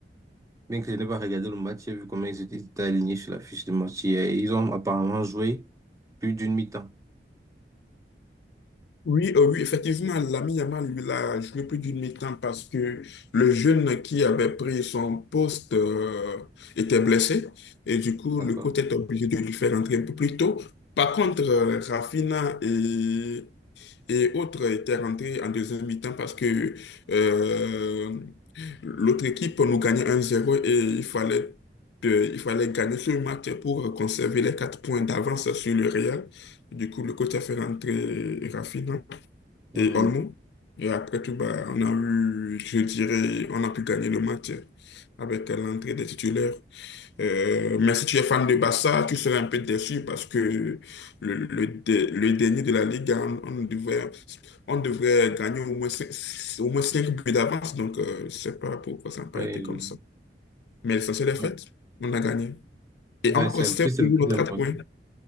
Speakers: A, on the right; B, on the left.
A: Bien que je n'ai pas regardé le match, j'ai vu comment ils étaient étaient alignés sur la fiche de match hier. Et Ils ont apparemment joué plus d'une mi-temps.
B: Oui, euh, oui, effectivement, l'ami Yamal, lui, l'a joué plus d'une mi-temps parce que le jeune qui avait pris son poste euh, était blessé et du coup,
A: D'accord.
B: le coach est obligé de lui faire rentrer un peu plus tôt. Par contre, euh, Raphinha et, et autres étaient rentrés en deuxième mi-temps parce que euh, l'autre équipe nous gagnait un zéro et il fallait, euh, il fallait gagner ce match pour conserver les quatre points d'avance sur le Real. Du coup, le coach a fait rentrer Raphinha
A: Mhm.
B: et Olmo. Et après tout, bah, on a eu, je dirais, on a pu gagner le match avec l'entrée des titulaires. Euh, mais si tu es fan de Barça, tu serais un peu déçu parce que le, le, dé- le dernier de la Ligue, on, on devrait, on devrait gagner au moins 5, au moins cinq buts d'avance. Donc, euh, je sais pas pourquoi ça n'a pas
A: Oui,
B: été comme
A: je-
B: ça. Mais l'essentiel est fait,
A: Ouais,
B: on a gagné. Et
A: Ouais,
B: encore
A: c'est
B: 7
A: le plus, c'est
B: toujours
A: le plus
B: nos 4
A: important.
B: points.